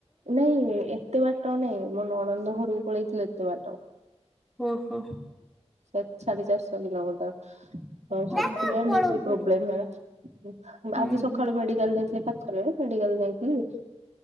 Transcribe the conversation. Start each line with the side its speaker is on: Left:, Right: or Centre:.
Right: ନାଇଁ ଏତେ ବାଟ ନାଇଁ ମୋ ନଣନ୍ଦ ଘରକୁ ପଳେଇଥିଲି ଏତେ ବାଟ।
Centre: ଓହୋ।
Right: ସେ ସାଢେ ଚାରଶହ କିଲୋମଟର ଆଉ
Centre: ଓହୋ।
Right: ସେଥିପାଇଁ ମୁଁ ମିସ୍ତ୍ରୀ ପ୍ରୋବ୍ଲେମ୍ ହେଉଛି।
Centre: ହୁଁ
Right: ଆଜି ସକାଳୁ
Centre: ହୁଁ
Right: ମେଡିକାଲ ନେଇଥିଲେ ପାଖରେ। ମେଡିକାଲ ନେଇଥିଲି